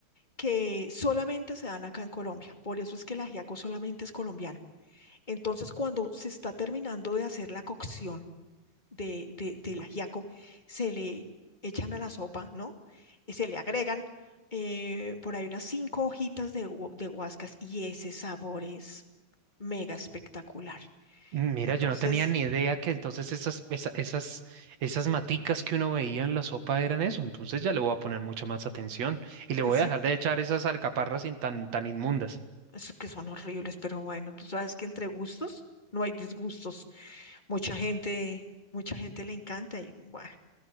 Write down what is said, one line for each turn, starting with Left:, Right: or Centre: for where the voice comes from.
Left: que solamente se dan acá en Colombia. Por eso es que el ajiaco solamente es colombiano. Entonces, cuando se está terminando de hacer la cocción, de, de, del ajiaco se le echan a la sopa, ¿no? Y se le agregan eh, por ahí unas cinco hojitas de, hu- de guascas y ese sabor es mega espectacular.
Right: Mira,
Left: Entonces,
Right: yo no tenía ni idea que entonces esas, esa- esas, esas maticas que uno veía en la sopa eran eso. Entonces ya le voy a poner mucha más atención y le voy
Left: sí,
Right: a dejar de echar esas alcaparras sin tan, tan inmundas.
Left: es que son horribles, pero bueno, tú sabes que entre gustos no hay disgustos. Mucha gente, mucha gente le encanta y bueno,